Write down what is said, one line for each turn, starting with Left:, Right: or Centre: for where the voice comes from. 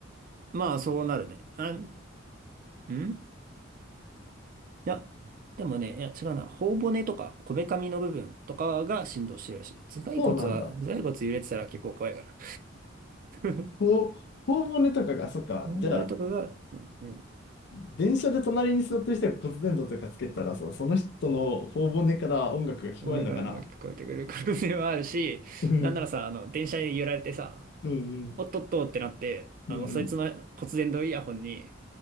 Right: まあ、そうなるね。あん、んいや、でもね、いや、違うな。頬骨とか、こめかみの部分とかが振動してるらしい。頭蓋骨は、
Left: そうなんだ。
Right: 頭蓋骨揺れてたら結構怖いから。<laughs>
Left: ほ頬骨とかが、そっか。
Right: 頬骨とかが、
Left: じゃあ、
Right: うんうん。
Left: 電車で隣に座ってる人が骨伝導とかつけたらさ、その人の頬骨から音楽が聞こえるのかな
Right: これから音が聞こえてくる可能性はあるし、
Left: うん、
Right: なんならさ、あの、電車に揺られてさ、
Left: うん、
Right: おっとっとってなって、あの、
Left: うん、
Right: そいつの骨伝導イヤホンに、
Left: うん、